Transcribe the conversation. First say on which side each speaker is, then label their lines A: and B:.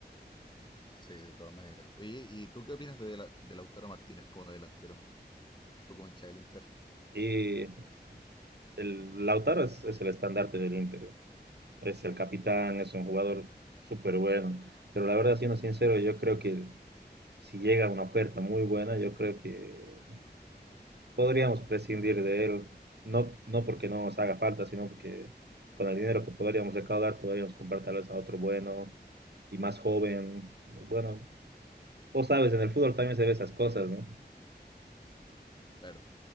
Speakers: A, on the left (about 25°); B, on the right (about 70°).
A: Sí, de todas maneras. Oye, ¿y tú qué opinas de, la, de Lautaro Martínez como delantero? Tú como hincha del Inter.
B: Y el Lautaro es, es el estandarte del Inter. Es el capitán, es un jugador súper bueno. Pero la verdad, siendo sincero, yo creo que si llega una oferta muy buena, yo creo que podríamos prescindir de él. No, no porque no nos haga falta, sino porque con el dinero que podríamos recaudar, podríamos comprar tal vez a otro bueno y más joven. Bueno, vos sabes, en el fútbol también se ve esas cosas, ¿no?
A: Claro,